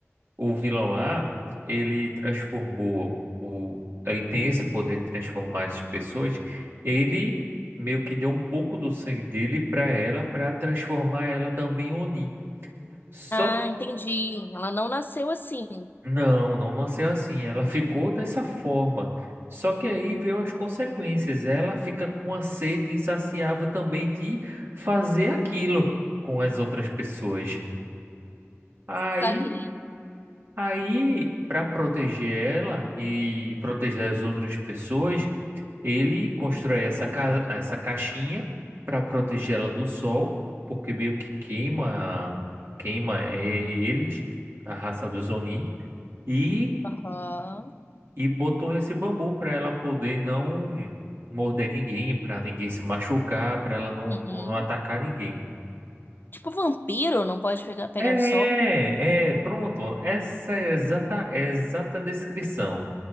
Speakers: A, on the right; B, on the left.
A: o vilão lá, ele transformou o, ele tem esse poder de transformar as pessoas. Ele meio que deu um pouco do sangue dele para ela, para transformar ela também em Oni. Só
B: Ah, entendi. Ela não nasceu assim.
A: Não, não nasceu assim. Ela ficou dessa forma. Só que aí veio as consequências. Ela fica com a sede insaciável também de fazer aquilo com as outras pessoas. Aí,
B: Saque.
A: aí, para proteger ela e proteger as outras pessoas, ele constrói essa ca essa caixinha para proteger ela do sol, porque meio que queima queima eh, eles, a raça dos Oni. E
B: Aham.
A: e botou esse bambu para ela poder não morder ninguém, para ninguém se machucar, para ela não,
B: Uhum.
A: não atacar ninguém.
B: Tipo vampiro, não pode pegar, pegar
A: É,
B: sol.
A: é, pronto. Essa é a exata, é a exata descrição.